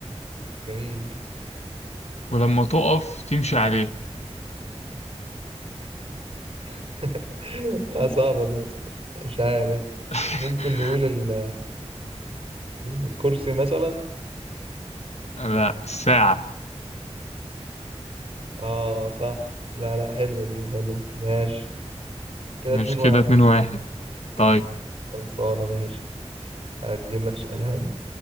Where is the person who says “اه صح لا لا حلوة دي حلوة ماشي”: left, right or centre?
Right